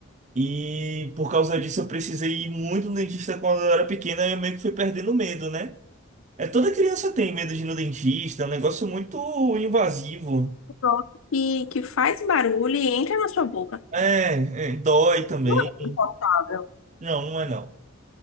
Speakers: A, on the right; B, on the left.
A: E por causa disso eu precisei ir muito no dentista quando eu era pequena e eu meio que fui perdendo medo, né? É, toda criança tem medo de ir no dentista, é um negócio muito invasivo.
B: Pronto. E que faz barulho e entra na sua boca.
A: É, é, dói também.
B: Não é confortável.
A: Não, não é não.